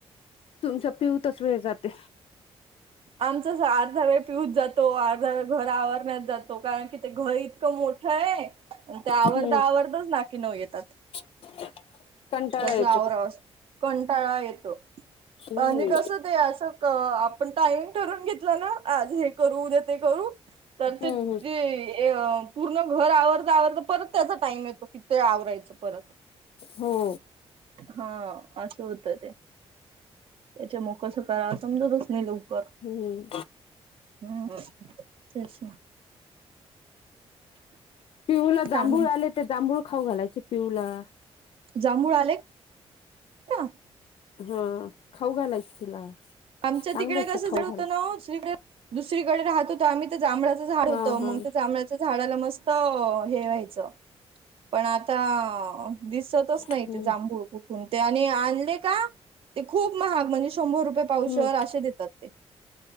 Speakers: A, on the left; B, on the right.
A: तुमचा पिऊतच वेळ जाते.
B: आमच अर्धा वेळ पिऊत जातो, अर्धा वेळ घर आवरण्यात जातो. कारण की ते घर इतकं मोठं आहे. मग ते आवरता
A: हम्म
B: आवरता नाकी नऊ येतात.
A: <inaudible>
B: कसं
A: येतो
B: आवरावास कंटाळा येतो
A: हम्म
B: आणि कसं ते असं अ आपण टायमिंग ठरवून घेतलं ना, आज हे करू देते करू तर
A: हम्म
B: ते
A: हम्म
B: वेय ए य पूर्ण घर <unintelligible> परत त्याचा टाइम येतो की ते आवरायचं परत.
A: हो.
B: हा असं होत ते. त्याच्या मो कसं काय या समजतच नाही लवकर.
A: हम्म.
B: हम्म तेच ना.
A: पिऊला जांभूळ
B: काय म्हण
A: आले ते जांभूळ खाऊ घालायचे पिऊला.
B: जांभूळ आले? का
A: हां खाऊ घालायच तिला.
B: आमच्या
A: चांगले
B: तिकडे
A: असते
B: कसं
A: खाऊ
B: जड होतं
A: घाल
B: ना, दुसरीकडे दुसरीकडे राहत होत आम्ही. ते जांभळाचं झाड
A: हा
B: होतं,
A: हा
B: मग त्या जांभळाच्या झाडाला मस्त हे व्हायचं पण आता दिसतच नाही
A: हम्म
B: ते जांभूळ खूप. हम्म ते आणि आणले का ते खूप महाग म्हणजे शंभर रुपये पावशर
A: हम्म
B: अशे देतात.